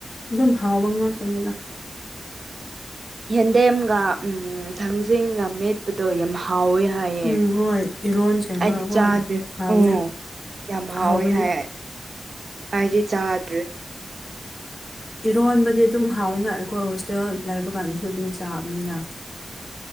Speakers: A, on the left (about 35°); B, on the right (about 50°).
A: ꯑꯗꯨꯝ ꯍꯥꯎꯕ ꯉꯥꯛꯇꯅꯤꯅ
B: ꯌꯦꯟꯗꯦꯝꯒ ꯊꯥꯡꯖꯤꯡꯒ ꯃꯤꯠ ꯄꯗꯣ ꯌꯥꯝ ꯍꯥꯎꯋꯦ ꯍꯥꯏꯌꯦ
A: ꯎꯝ ꯍꯣꯏ ꯏꯔꯣꯟ ꯁꯦꯝꯃꯒꯀꯣ
B: ꯑꯩꯗꯤ ꯆꯥꯗ꯭ꯔꯤ
A: ꯍꯥꯎꯕꯅꯦ
B: ꯎ ꯌꯥꯝ ꯍꯥꯎꯋꯦ
A: ꯍꯥꯎꯕꯅꯦ
B: ꯍꯥꯏ ꯑꯩꯗꯤ ꯆꯥꯗ꯭ꯔꯤ
A: ꯏꯔꯣꯟꯕꯗꯤ ꯑꯗꯨꯝ ꯍꯥꯎꯋꯦꯅ ꯑꯩꯈꯣꯏ ꯍꯣꯁꯇꯦꯜ ꯂꯩꯕ ꯀꯥꯟꯗꯁꯨ ꯑꯗꯨꯝ ꯆꯥꯕꯅꯤꯅ